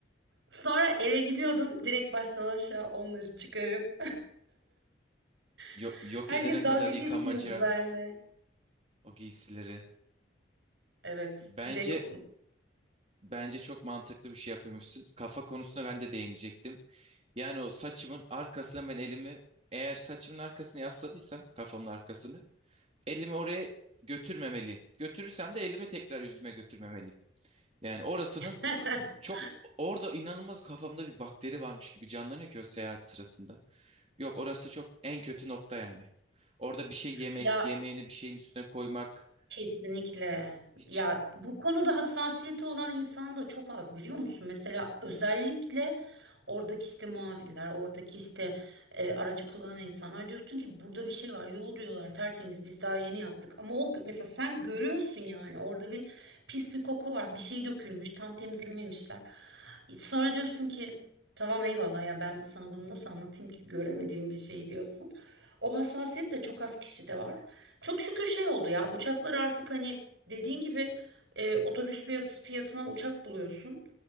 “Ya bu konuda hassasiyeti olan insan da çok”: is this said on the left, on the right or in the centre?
Right